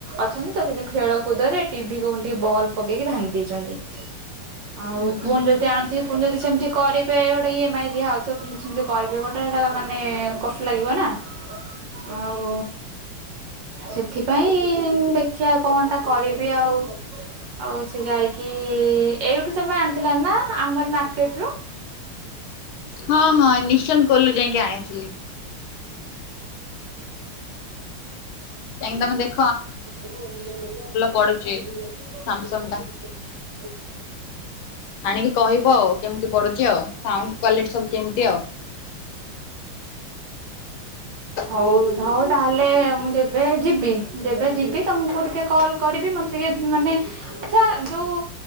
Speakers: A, on the right; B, on the left.
A: ଅଛନ୍ତି। ତ ସେ ଖେଳକୁଦରେ ଟିଭିକୁ ଟିକେ ବଲ୍ ପକେଇକି ଭାଙ୍ଗି ଦେଇଛନ୍ତି। ଆଉ
B: ହୁଁ ହୁଁ
A: ପୁଣି ଯଦି ଆ ଥିବେ ପୁଣି ଯଦି ସେମିତି କରିପାରିବ ଗୋଟେ ଇ ଏମ୍ ଆଇ ଦିଆହେଉଥିବ ପୁଣି ସେମିତି କରିବେ ଗୋଟେ ସେଇଟା ମାନେ କଷ୍ଟ ଲାଗିବ ନାଁ।
B: ହ <inaudible>
A: ଆଉ ସେଥିପାଇଁ ଦେଖ୍ ଦେଖିଆ କଣଟା କରିବି ଆଉ। ଆଉ ସେ ଯାଇକି ଏଇଠୁ ତମେ ଆଣିଥିଲ ନା ଆମରି ମାର୍କେଟରୁ।
B: ହଁ ହଁ ନିଶନ୍ କୋଲୁ ଯାଇକି ଆଣିଥିଲି। ଯାଇକି ତମେ ଦେଖ୍
A: ଓ
B: ପଡୁଛି
A: <inaudible>
B: ସାମସଙ୍ଗ ଟା ଆଣିକି କହିବ ଆଉ କେମିତି ପଡୁଚି ଆଉ। ସାଉଣ୍ଡ କ୍ଵାଲିଟି ସବୁ କେମିତି ଆଉ। <inaudible>
A: ହଉ ହଉ ତାହେଲେ ମୁଁ ଯେବେ ଯିବି ଯେବେ ଯିବି ତମକୁ ଟିକେ କଲ୍ କରିବି ମତେ ଟିକେ ମାନେ ଆଚ୍ଛା ଯୋଉ